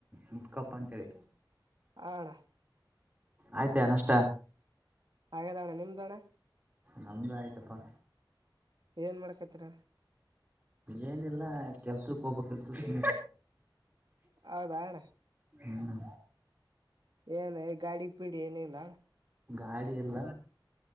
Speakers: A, on the right; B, on the right.
A: ಮುಕಪ್ಪ ಅಂತೇಳಿ
B: ಹ ಅಣ್ಣ
A: ಆಯ್ತಾ ನಷ್ಟ
B: ಹಾಗೆದಣ್ಣ ನಿಮ್ದ ಅಣ್ಣ
A: ನಮ್ದ ಆಯ್ತಪ್ಪಾ
B: ಏನ್ ಮಾಡ್ಕೈತರ
A: ಏನಿಲ್ಲ ಕೆಲ್ಸಕ್ ಹೋಗ್ಬೇಕು ಸು
B: ಹೌದಾಣ್ಣ
A: ಹ್ಮ್
B: ಏನ ಈ ಗಾಡಿ ಪೀಡಿ ಏನಿಲ್ಲ
A: ಗಾಡಿ ಎಲ್ಲ